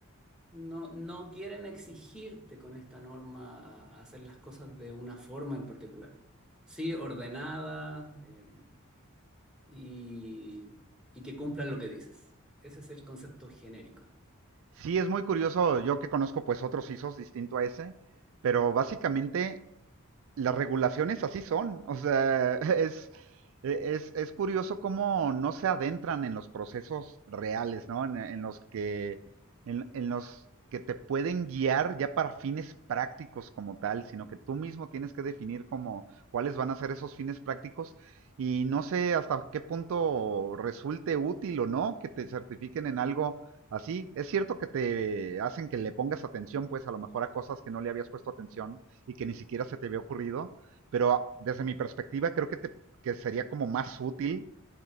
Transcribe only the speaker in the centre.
No, no quieren exigirte con esta norma a hacer las cosas de una forma en particular. Sí, ordenada, eh, y, y que cumplan lo que dices. Ese es el concepto genérico.